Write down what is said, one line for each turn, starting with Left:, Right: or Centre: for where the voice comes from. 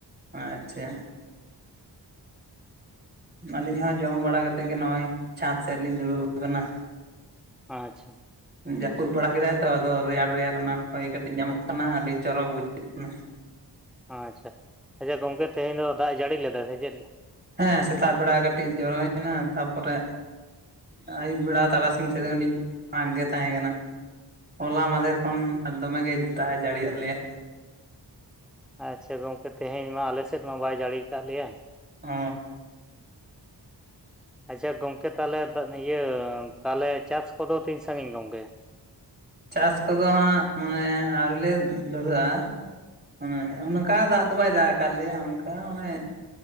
Right: ᱟᱪᱪᱷᱟ ᱟᱹᱞᱤᱧ ᱦᱚᱸ ᱡᱚᱢ ᱵᱟᱲᱟ ᱠᱟᱛᱮᱫ ᱜᱮ ᱱᱚᱜᱼᱚᱭ ᱪᱷᱟᱸᱫᱽ ᱥᱮᱫ ᱞᱤᱧ ᱫᱩᱲᱩᱵ ᱟᱠᱟᱱᱟ᱾
Centre: ᱟᱪᱪᱷᱟ
Right: ᱡᱟᱹᱯᱩᱫ ᱵᱟᱲᱟ ᱠᱮᱫᱟᱭ ᱛᱚ ᱟᱫᱚ ᱨᱮᱭᱟᱲ ᱨᱮᱭᱟᱲ ᱚᱱᱟ ᱦᱚᱭ ᱠᱟᱹᱴᱤᱡ ᱧᱟᱢᱚᱜ ᱠᱟᱱᱟ ᱟᱹᱰᱤ ᱪᱚᱨᱚᱠ ᱵᱩᱡᱷᱟᱹᱜ ᱠᱟᱱᱟ᱾
Centre: ᱟᱪᱪᱷᱟ, ᱟᱪᱪᱷᱟ ᱜᱚᱝᱠᱮ ᱛᱮᱦᱮᱧ ᱫᱚ ᱫᱟᱜ ᱡᱟᱹᱲᱤ ᱞᱮᱫᱟ ᱥᱮ ᱪᱮᱫ?
Right: ᱦᱮᱸ ᱥᱮᱛᱟᱜ ᱵᱮᱲᱟ ᱠᱟᱹᱴᱤᱡ ᱡᱚᱨᱚᱭᱮᱱᱟ ᱛᱟᱯᱚ ᱨᱮᱼᱼ ᱟᱹᱭᱩᱵ ᱵᱮᱲᱟ ᱛᱟᱨᱟᱥᱤᱧ ᱥᱮᱫ ᱫᱚ ᱠᱟᱹᱴᱤᱡ ᱯᱷᱟᱠ ᱜᱮ ᱛᱟᱦᱮᱸ ᱠᱟᱱᱟ᱾ ᱦᱚᱞᱟ ᱢᱟᱫᱷᱮᱨ ᱠᱷᱚᱱ ᱫᱚᱢᱮ ᱜᱮ ᱫᱟᱜ ᱮ ᱡᱟᱹᱲᱤ ᱭᱟᱜ ᱞᱮᱭᱟ᱾
Centre: ᱟᱪᱪᱷᱟ ᱜᱚᱝᱠᱮ ᱛᱮᱦᱮᱧ ᱢᱟ ᱟᱞᱮ ᱥᱮᱫ ᱢᱟ ᱵᱟᱭ ᱡᱟᱹᱲᱤ ᱟᱠᱟᱫ ᱞᱮᱭᱟ᱾
Right: ᱚᱻ
Centre: ᱟᱪᱪᱷᱟ ᱜᱚᱝᱠᱮ ᱛᱟᱦᱚᱞᱮ ᱤᱭᱟᱹ ᱛᱟᱦᱚᱞᱮ ᱪᱟᱥ ᱠᱚᱫᱚ ᱛᱤᱧ ᱥᱟᱹᱜᱤᱧ ᱜᱚᱝᱠᱮ?
Right: ᱪᱟᱥ ᱠᱚᱫᱚ ᱦᱟᱸᱜ ᱢᱟᱱᱮ ᱟᱹᱣ ᱞᱮ ᱫᱷᱩᱨᱟᱹᱜᱼᱟ᱾ ᱦᱮ ᱚᱱᱠᱟ ᱫᱟᱜ ᱫᱚ ᱵᱟᱭ ᱫᱟᱜ ᱟᱠᱟᱫ ᱞᱮᱭᱟ ᱚᱱᱠᱟ ᱚᱱᱮᱼᱼ